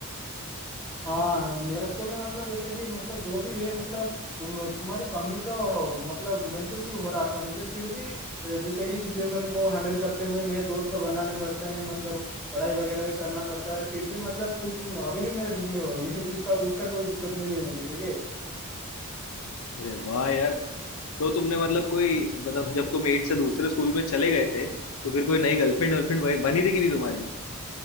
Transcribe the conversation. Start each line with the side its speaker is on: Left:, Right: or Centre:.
Centre: हाँ मेरे स्कूल में मतलब जैसे कि मतलब जो भी है मतलब तुम तुम्हारी कमी तो मतलब महसूस ही हो रहा था मुझे फिर भी अ, जैसे कि सिचुएशन को हैंडल करते हुए नए दोस्त तो बनाने पड़ते हैं मतलब पढ़ाई वगैरह भी करना पड़ता है फिर भी मतलब तुम अभी भी मेरे दिल में हो ये इसका उसका कोई दिक्कत नहीं है मुझे ठीक है
Left: अरे वाह यार तो तुमने मतलब कोई मतलब जब तुम एट से दूसरे स्कूल में चले गए थे तो फिर कोई नई गर्लफ्रेंड वर्लफ्रेंड बनी थी कि नहीं तुम्हारी